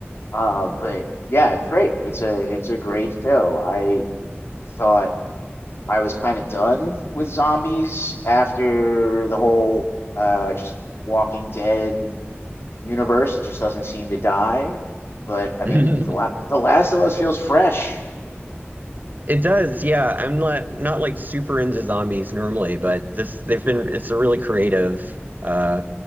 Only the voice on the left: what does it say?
Uh, but yeah, it's great. It's a it's a great show. I thought I was kind of done with zombies after the whole uh, just Walking Dead universe. It just doesn't seem to die. But I mean,
the, La- the Last of Us feels fresh.